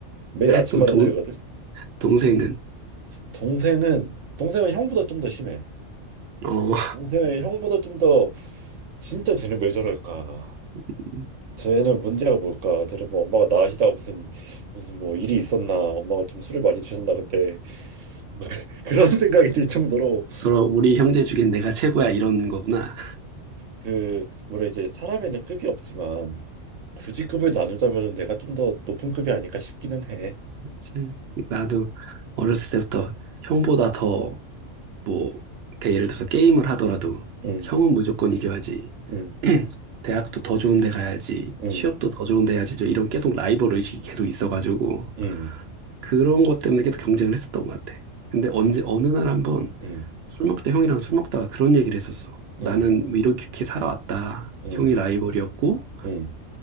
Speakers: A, on the right; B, on the right.
A: 매일 아침마다
B: 또 동,
A: 들거든.
B: 동생은,
A: 동생은 동생은 형보다 좀 더 심해.
B: 어,
A: 동생은 형보다 좀더 진짜 쟤는 왜 저럴까?
B: <laughs>
A: 쟤는 문제가 뭘까? 쟤는 뭐 엄마가 나으시다 무슨 무슨 뭐 일이 있었나? 엄마가 좀 술을 많이 드셨나 그때 <laughs> 그런 생각이 들 정도로
B: 그럼 우리 형제 중엔 내가 최고야, 이러는 거구나.
A: 그 물론 이제 사람에는 급이 없지만 굳이 급을 나누자면은 내가 좀 더 높은 급이 아닐까 싶기는 해.
B: 그치. 나도 어렸을 때부터 형보다 더, 뭐, 그러니까 예를 들어서 게임을 하더라도
A: 응,
B: 형은 무조건 이겨야지.
A: 응,
B: <clears throat> 대학도 더 좋은 데 가야지,
A: 응,
B: 취업도 더 좋은 데 해야지, 저 이런 계속 라이벌 의식이 계속 있어가지고,
A: 음,
B: 그런 것 때문에 계속 경쟁을 했었던 것 같아. 근데 언제, 어느 날 한번
A: 음,
B: 술 먹다, 형이랑 술 먹다가 그런 얘기를 했었어. 나는
A: 음,
B: 뭐 이렇게 살아왔다.
A: 음,
B: 형이 라이벌이었고,
A: 음,